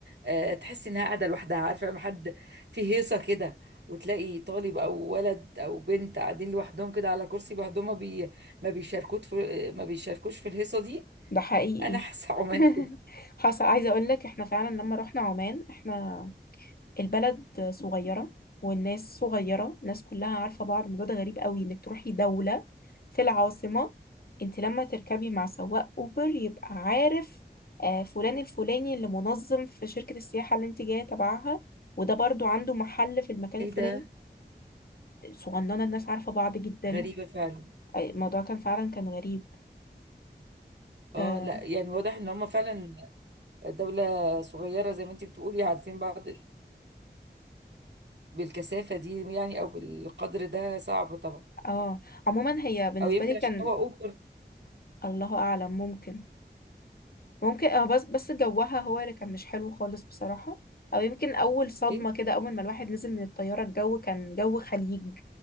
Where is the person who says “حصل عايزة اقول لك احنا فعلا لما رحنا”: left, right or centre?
Left